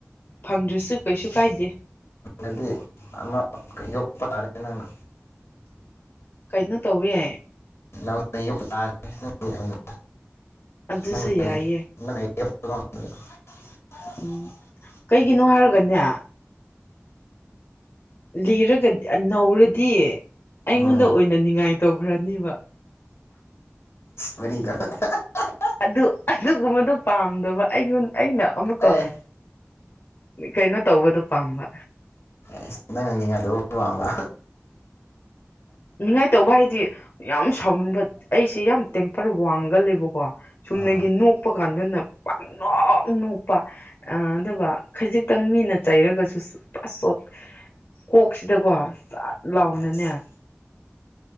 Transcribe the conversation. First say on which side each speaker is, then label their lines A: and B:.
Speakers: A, on the left (about 55°); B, on the left (about 70°).
A: ꯐꯪꯗ꯭ꯔꯁꯨ ꯀꯩꯁꯨ ꯀꯥꯏꯗꯦ
B: ꯑꯗꯨꯗꯤ ꯑꯃ ꯌꯣꯛꯄ ꯇꯥꯔꯦ ꯅꯪꯅ
A: ꯀꯩꯅꯣ ꯇꯧꯋꯤ ꯌꯥꯏ
B: ꯅꯅꯌꯣꯛ ꯇꯥꯔꯦ <unintelligible> ꯑꯣꯏꯅ
A: ꯑꯗꯨꯁꯨ
B: ꯅꯪꯅ
A: ꯌꯥꯏꯌ‌ꯦ
B: <unintelligible> <unintelligible>
A: ꯎꯝ ꯀꯩꯒꯤꯅꯣ ꯍꯥꯏꯔꯒꯅꯦ ꯂꯤꯔꯒꯗꯤ ꯅꯧꯔꯗꯤ ꯑꯩꯉꯣꯟꯗ
B: ꯎꯝ
A: ꯑꯣꯏꯅꯅꯤꯡꯉꯥꯏ ꯇꯧꯈ꯭ꯔꯅꯤꯕ
B: ꯃꯔꯤꯗ <unintelligible>
A: ꯑꯗꯨ ꯑꯗꯨꯒꯨꯝꯕꯗꯣ ꯄꯥꯝꯗꯕ ꯑꯩꯉꯣꯟ ꯑꯩꯅ ꯑꯃꯨꯛꯀ
B: ꯑꯦ
A: ꯀꯩꯅꯣ ꯇꯧꯕꯗꯨ ꯄꯥꯝꯕ
B: ꯑꯁ ꯅꯪꯅ ꯅꯤꯡꯉꯥꯏ ꯇꯧꯕꯗꯨ ꯄꯥꯝꯕ
A: ꯅꯤꯡ ꯉꯥꯏ ꯇꯧꯕ ꯍꯥꯏꯗꯤ ꯌꯥꯝ ꯁꯥꯎꯅꯤꯡꯕ ꯑꯩꯁꯦ ꯌꯥꯝ ꯇꯦꯝꯄꯔ ꯋꯥꯡꯒꯜꯂ‌ꯦꯕꯀꯣ ꯆꯨꯝꯅꯒꯤ
B: ꯑꯥ
A: ꯅꯣꯛꯄ ꯀꯥꯟꯗꯅ ꯄꯪ ꯅ‌ꯣꯛ ꯅꯣꯛꯄ ꯑꯗꯨꯒ ꯈꯖꯤꯛꯇꯪ ꯃꯤꯅ ꯆꯩꯔꯒꯁꯨ ꯄꯠ ꯆꯣꯠ ꯀꯣꯛꯁꯤꯗꯀꯣ ꯆꯠ ꯂꯥꯎꯅꯅꯦ
B: ꯑꯁ